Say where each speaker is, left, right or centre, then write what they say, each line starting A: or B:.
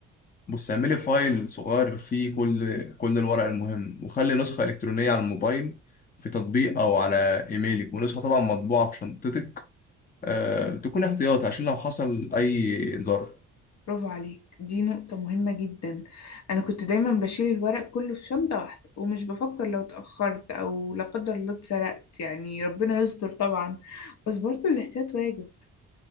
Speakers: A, on the left; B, on the left.
A: بص اعملي فايل صغير فيه كل كل الورق المهم وخلي نسخة إلكترونية على الموبايل في تطبيق أو على إيميلك ونسخة طبعا مطبوعة في شنطتك أه تكون احتياطي عشان لو حصل أي ظرف
B: برافو عليك دي نقطة مهمة جدا أنا كنت دايما بشيل الورق كله في شنطة واحدة ومش بفكر لو اتأخرت أو لا قدر الله اتسرقت يعني ربنا يستر طبعا بس برضه الاحتياط واجب